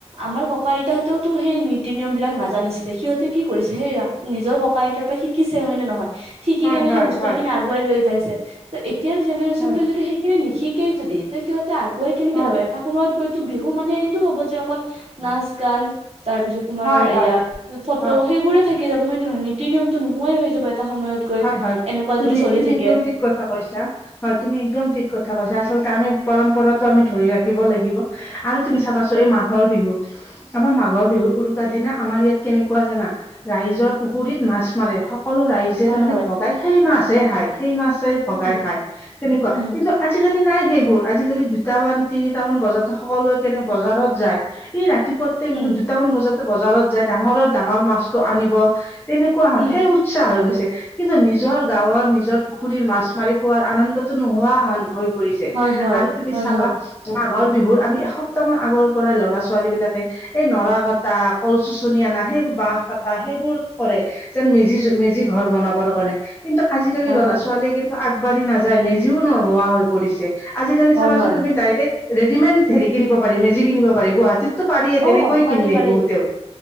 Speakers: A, on the right; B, on the left.
A: আমাৰ ককা, আইতা হঁতেওতো সেই নীতি নিয়ম বিলাক নাজানিছিলে সিহঁতে কি কৰিছে সেইয়া নিজৰ ককা, আইতাৰ পৰা শিকিছে, হয় নে নহয়? শিকি
B: হয়
A: কেনে
B: হয়
A: সেই বস্তু
B: হয়
A: খিনি আগ আগুৱাই লৈ যাইছে, ত এতিয়াৰ জেনেৰেশ্যনটোৱে
B: হয়
A: যদি সেইখিনি নিশিকেই যদি ত সিহতে আগুৱাই কেনেকে
B: হয়
A: যাব, এটা সময়ত গৈতো বিহু মানে এইটো হ'ব যে অকল নাচ, গান তাৰপিছত তোমাৰ
B: হয় হয় হয় হয় হয়
A: এয়া ফটো
B: হয়
A: সেইবোৰে থাকি যাব, হয় নে নহয়? নীতি নিয়মতো নোহোৱাই হৈ যাব এটা সময়ত। গৈ
B: হয় হয়
A: এনেকুৱা
B: তুমি
A: যদি চলি
B: তুমি
A: থাকে।
B: একদম ঠিক কথা কৈছা। হয়, তুমি একদম ঠিক কথা কৈছা, আচলতে আমি পৰম্পৰাটো আমি ধৰি ৰাখিব লাগিব। আৰু তুমি চাবাচো এই মাঘৰ বিহুত, আমাৰ মাঘৰ বিহুৰ উৰুকাৰ দিনা আমাৰ ইয়াত কেনেকুৱা জানা? ৰাইজৰ পুখুৰীত মাছ মাৰে সকলো ৰাইজ
A: হয়
B: তাৰমানে
A: হয়
B: ভগাই সেই মাছ হে খায় সেই মাছে ভগাই
A: উম
B: খায় তেনেকুৱা
A: উম
B: কিন্তু আজিকালি নাই সেইবোৰ আজিকালি দুটা মান, তিনিটামান বজাতে সকলোৱে কেনে বজাৰত যায় এই ৰাতিপুৱা তে
A: উম
B: দুটামান বজাতে বজাৰত যায় ডাঙৰৰ, ডাঙৰ মাছটো আনিব তেনেকুৱা হয়,
A: উম
B: সেই উৎসাহ হৈ গৈছে। কিন্তু নিজৰ গাঁৱৰ, নিজৰ পুখুৰীৰ মাছ মাৰি খোৱাৰ আনন্দতো নোহোৱা হন হৈ পৰি ছে,
A: হয় হয়
B: আৰু তুমি
A: হয়
B: চাবা
A: হয়
B: মাঘৰ বিহুৰ আমি এসপ্তাহ মান আগৰ পৰাই ল'ৰা ছোৱালীবিলাকে এই নৰা কটা কল চুচনি আনা সেইবো বাহ কটা সেইবোৰ কৰে, যেন মেজি মেজি ঘৰ বনাব <unintelligible> কিন্তু আজিকালি
A: হয়
B: ল'ৰা
A: হয়
B: ছোৱালীয়ে কিন্তু আগবাঢ়ি নাযায়, মেজিও নোহোৱা হৈ পৰিছে। আজিকালি
A: হয়
B: চাবাচোন
A: হয়
B: তুমি ডাইৰেক্ট ৰেডিমেড হেৰি কিনিব পাৰি মেজি কিনিব পাৰি, গুৱাহাটিত তো পাৰিয়ে,
A: অ
B: তেনেকৈ
A: পাৰি
B: কিনে
A: পাৰি
B: বহুতেও।